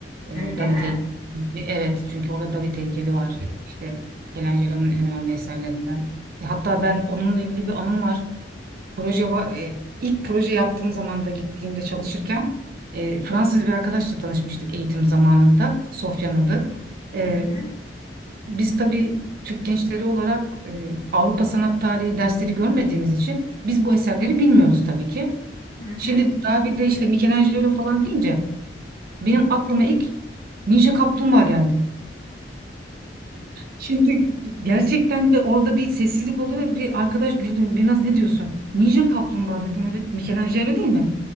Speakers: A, on the right; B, on the left.
A: E,
B: Öyle
A: David
B: mi?
A: heykeli. Evet çünkü orada David heykeli var. İşte Michelangelo'nun en önemli eserlerinden. E, hatta ben onunla ilgili bir anım var. Proje var. e, ilk proje yaptığım zaman da gittiğimde çalışırken e, Fransız bir arkadaşla tanışmıştık eğitim zamanında. Sofyan adı. E,
B: Hı hı.
A: biz tabii Türk gençleri olarak e, Avrupa sanat tarihi dersleri görmediğimiz için biz bu eserleri bilmiyoruz tabii ki.
B: Hı hı.
A: Şimdi David'de işte Michelangelo falan deyince benim aklıma ilk Ninja Kaplumbağa geldi. Şimdi gerçekten ve orada bir sessizlik oldu ve bir arkadaş güldü. Biraz ne diyorsun? Ninja Kaplumbağa dedim. Evet Michelangelo değil mi?